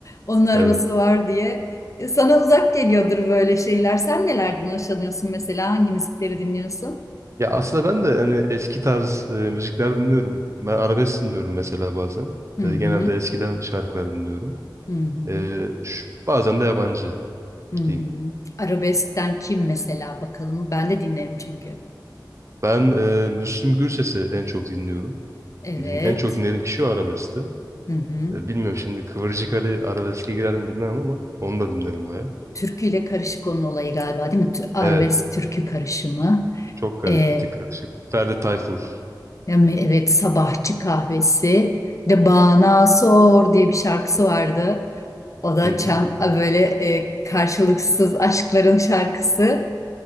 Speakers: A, on the left (about 45°); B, on the right (about 40°).
A: Onun arabası
B: Evet.
A: var diye. E, Sana uzak geliyordur böyle şeyler. Sen nelerden hoşlanıyorsun mesela? Hangi müzikleri dinliyorsun?
B: Ya aslında ben de hani eski tarz e, müzikler dinliyorum. Ben arabesk dinliyorum mesela bazen.
A: Hı hı,
B: E, genelde eskiden şarkılar dinliyorum.
A: hı hı,
B: E, şu- bazen de yabancı.
A: hı hı.
B: diyeyim.
A: Arabeskten kim mesela bakalım? Ben de dinlerim çünkü.
B: Ben e, Müslüm Gürses'i en çok dinliyorum.
A: Evet.
B: Din- en çok dinlediğim kişi o arabeskti.
A: Hı hı.
B: E, bilmiyorum şimdi Kıvırcık Ali arabeske girer mi bilmem ama onu da dinlerim baya.
A: türküyle karışık onun olayı galiba değil mi? Tü- Arabesk
B: Evet.
A: türkü karışımı.
B: Çok karı,
A: Ee,
B: bir tık karışık. Ferdi Tayfur.
A: yani evet sabahçı kahvesi. Bir de Bana Sor diye bir şarkısı vardı. O da
B: Hı hı.
A: çam böyle e, karşılıksız aşkların şarkısı.